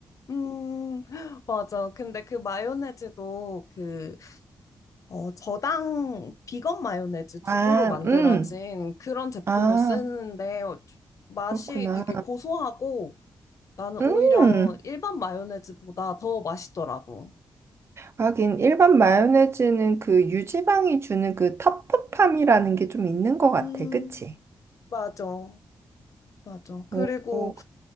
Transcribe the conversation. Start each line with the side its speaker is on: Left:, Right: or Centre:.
Left: 음, 맞아. 근데 그 마요네즈도 그, 어, 저당 비건 마요네즈
Right: 아,
Left: 두부로 만들어진
Right: 음.
Left: 그런 제품을
Right: 아,
Left: 쓰는데 맛이
Right: 그렇구나.
Left: 되게 고소하고 나는
Right: 음.
Left: 오히려 일반 마요네즈보다 더 맛있더라고.
Right: 하긴, 일반 마요네즈는 그 유지방이 주는 그 텁텁함이라는 게 좀 있는 것 같아.
Left: 음,
Right: 그치?
Left: 맞아. 맞아. 그리고
Right: 오,